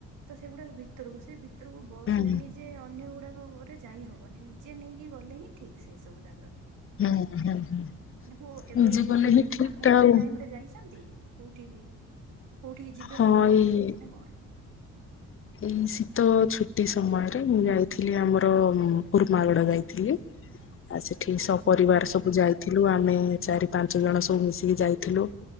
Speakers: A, on the right; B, on the left.
A: ତ ସେଗୁଡାକ ଭିତରକୁ ସେ ଭିତରକୁ ବସ
B: ହୁଁ
A: ରେ ଯେ ଅନ୍ୟ ଗୁଡାକ ଗରେ ଯାଇ ହବନି ନିଜେ ନେଇକି ଗଲେ ହିଁ ଠିକ୍ ସେ ସବୁ ଜାଗାକୁ
B: ହୁଁ ହୁଁ ହୁଁ
A: ମାନେ କୋ ଏବେ
B: ନିଜେ ଗଲେ ହିଁ
A: ମାନେ
B: ଠିକ
A: ପାଖାପାଖି
B: ଟା ଆଉ
A: ଟାଇମ ରେ ଯାଇଛନ୍ତି? କୋଉଠି କି କୋଉଠି କି ଯିବେ
B: ହଁ
A: ବୋଲି ଭାବୁଛନ୍ତି
B: ଏଇ
A: ନା କଣ?
B: ଏଇ ଶୀତ ଛୁଟି ସମୟରେ ମୁଁ ଯାଇଥିଲି ଆମର ଉରୁମାଗଡା ଯାଇଥିଲି। ଆଉ ସେଠି
A: ଆଚ୍ଛା
B: ସପରିବାର
A: ଆଚ୍ଛା
B: ସବୁ ଯାଇଥିଲୁ ଆମେ ଚାରି ପାଞ୍ଚ ଜଣ ସବୁ ମିଶିକି ଯାଇଥିଲୁ।